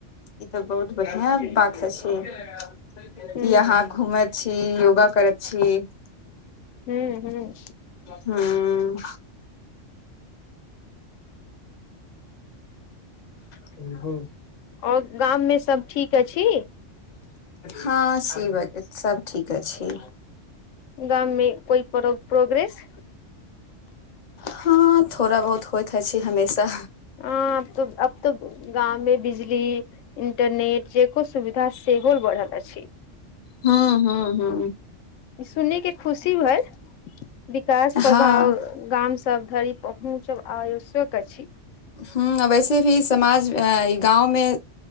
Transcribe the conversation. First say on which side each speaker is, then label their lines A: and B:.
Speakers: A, on the left; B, on the left.
A: ई तऽ बहुत बढ़िया बात अछि कि
B: हूँ
A: यहाँ घूमे छी योगा करति छी
B: हूँ हूं
A: हूं त ब
B: आओर गाम मे सब ठीक अछि
A: हँ से बात सब ठीक अछि
B: गाम मे कोइ तरहक प्रोग्रेस
A: हँ थोड़ा बहुत होइथ अछी हमेशा
B: हँ अब तो अब त गाँव मे बिजली इंटरनेट जे कुछ सुविधा सेहो बढ़ल अछि
A: हूँ हूँ हूँ
B: सुनी के खुशी भलइ विकास
A: ह
B: प्रभाव
A: हँ
B: गाम सब धरि पहुँचब आयोशक छी
A: हूँ ऐसे भी समाज गाँव मे